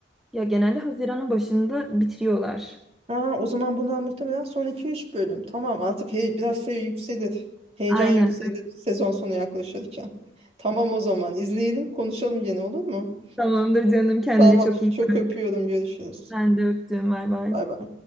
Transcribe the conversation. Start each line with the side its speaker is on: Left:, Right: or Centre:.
Centre: ya genelde Haziran'ın başında bitiriyorlar.
Right: Aa, o zaman bundan muhtemelen son iki üç bölüm. Tamam artık he- biraz şey yükselir. Heyecan
Centre: Aynen.
Right: yükselir sezon sonu yaklaşırken. Tamam o zaman izleyelim konuşalım gene olur mu?
Centre: Tamamdır canım kendine
Right: Tamam
Centre: çok iyi.
Right: çok
Centre: bak.
Right: öpüyorum görüşürüz.
Centre: Ben de öptüm. Bay bay.
Right: Bay bay.